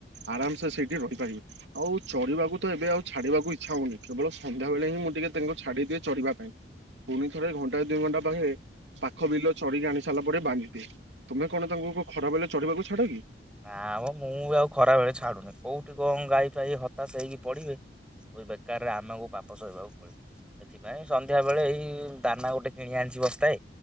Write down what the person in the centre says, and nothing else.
ନା ମ ମୁଁ ଆଉ ଖରାବେଳେ ଛାଡୁନି କୋଉଠି କଣ ଗାଈ ଫାଇ ହତାଶ ହେଇକି ପଡିବେ। <unintelligible> ବେକାରରେ ଆମକୁ ପାପ ସହିବାକୁ ପଡିବ। ସେଥିପାଇଁ ସନ୍ଧ୍ୟା ବେଳେ ଏଇ ଦାନା ଗୋଟେ କିଣି ଆଣିଛି ବସ୍ତାଏ।